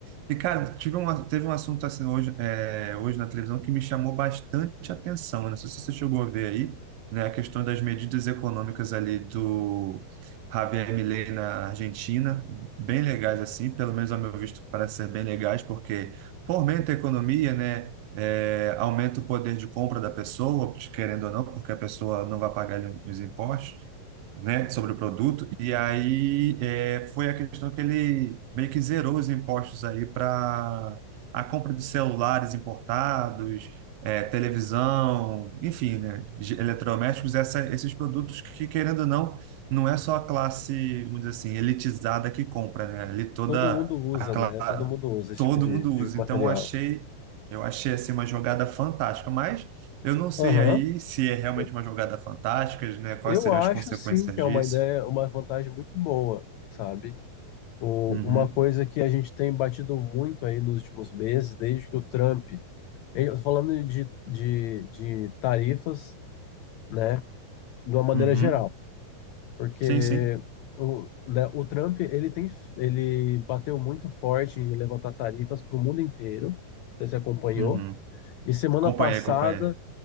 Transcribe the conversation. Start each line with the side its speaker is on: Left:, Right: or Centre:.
Right: E, cara, tive um, teve um assunto assim hoje, é, hoje na televisão que me chamou bastante atenção. né? Não sei se você chegou a ver aí, né? A questão das medidas econômicas ali do Javier Milei na Argentina, bem legais, assim, pelo menos ao meu visto, parece ser bem legais, porque fomenta a economia, né? É, aumenta o poder de compra da pessoa, querendo ou não, porque a pessoa não vai pagar ali os impostos, né, sobre o produto. E aí é, foi a questão que ele meio que zerou os impostos aí para a compra de celulares importados, é, televisão, enfim, né, de eletrodomésticos, essa, esses produtos que, querendo ou não, não é só a classe, vamos dizer assim, elitizada que compra, né? Ali toda
Left: Todo mundo usa,
Right: a
Left: né? Todo mundo usa esse
Right: todo
Left: tipo de,
Right: mundo
Left: de
Right: usa.
Left: material.
Right: Então eu achei, eu achei assim uma jogada fantástica, mas eu não sei
Left: Aham.
Right: aí se é realmente
Left: Eu,
Right: uma jogada fantástica, né? Quais
Left: eu
Right: seriam
Left: acho
Right: as consequências
Left: sim que é
Right: disso?
Left: uma ideia, uma vantagem muito boa, sabe? O-
Right: Uhum,
Left: uma coisa que a gente tem batido muito aí nos últimos meses, desde que o Trump. Eu- tô Falando de, de, de tarifas, né, de uma maneira
Right: uhum.
Left: geral, porque
Right: Sim, sim.
Left: o, né, o Trump ele tem ele bateu muito forte em levantar tarifas para o mundo inteiro. Não sei se Você acompanhou?
Right: Uhum.
Left: E semana
Right: Acompanhei,
Left: passada,
Right: acompanhei.